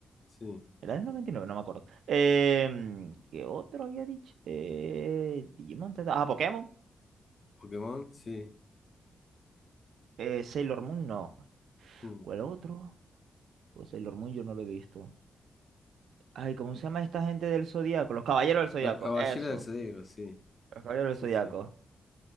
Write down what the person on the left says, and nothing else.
sí.
Pokémon, sí.
Hmm.
Los Caballeros
del Zodíaco, sí.
Sí,
sí,